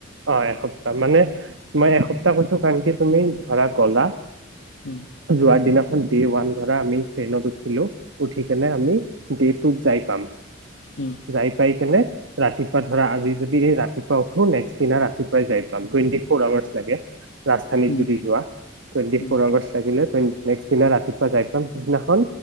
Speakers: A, on the right (about 75°); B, on the left (about 80°).
A: অ এসপ্তাহ মানে মই এসপ্তাহ কৈছো কাৰণ কি তুমি ধৰা গলা
B: উম,
A: যোৱাৰ দিনা ডে ওৱান ধৰা আমি ট্ৰেইনত উঠিলো উঠি কেনে আমি ডে টুত যাই পাম।
B: উম,
A: যাই পাই কেনে ৰাতিপুৱা ধৰা আজি যদি ৰাতিপুৱা উঠো নেক্সট। পিছদিনা ৰাতিপুৱাই যাই। টুৱেনটি ফৰ আৱাৰ্চ লাগে ৰাজধানীত
B: উম,
A: যদি যোৱা টুৱেনটি
B: উম।
A: ফৰ আৱাৰ্চ লাগিলে টুৱেন। নেক্সট দিনা ৰাতিপুৱা যাই পাম সিদিনাখন